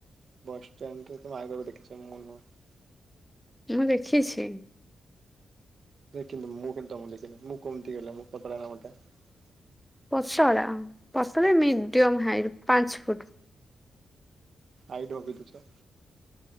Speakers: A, on the right; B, in the centre.
A: ବସ୍ଷ୍ଟାଣ୍ଡରେ ତଗକୁ ଦେଖିଛ ମନ ।
B: ମୁଁ ଦେଖିଛି ।
A: ସେ କିନ୍ତୁ ମୁଁ କିନ୍ତୁ ତମ ଦେଖିନି ମୁଁ କମିତି ଗଲେ ମୁଁ ପତଳା ନା ଗୋଟେ ।
B: ପସ ପଶେ ମିଡିୟମ ହାଇଟ ପାଞ୍ଚ ଫୁଟ।
A: ଆଇଟ ହବି ତୁଛ।